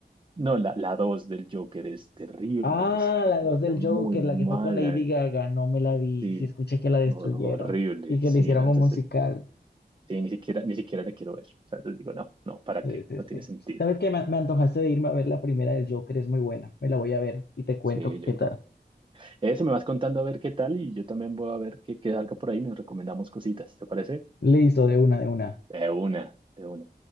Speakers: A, on the right; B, on the left.
A: No, la, la 2 del Joker es terrible,
B: Ah,
A: es una
B: la
A: película
B: dos del
A: muy
B: Joker,
A: mala,
B: la que fue con Lady Gaga, no me la vi.
A: sí,
B: Sí, escuché que la destruyeron
A: ho- horrible,
B: y que
A: sí,
B: le hicieron
A: no, entonces
B: un musical.
A: sí, ni siquiera, ni siquiera la quiero ver. O sea, entonces digo, no, no, ¿para
B: Sí,
A: qué?
B: sí,
A: No tiene
B: sí.
A: sentido.
B: ¿Sabes qué? Me, me antojaste de irme a ver la primera del Joker, es muy buena. Me la voy a ver y te cuento
A: Sí, yo
B: qué tal.
A: creo. Eso me vas contando a ver qué tal y yo también voy a ver qué, qué salga por ahí, nos recomendamos cositas, ¿te parece?
B: Listo, de una, de una.
A: De una, de una.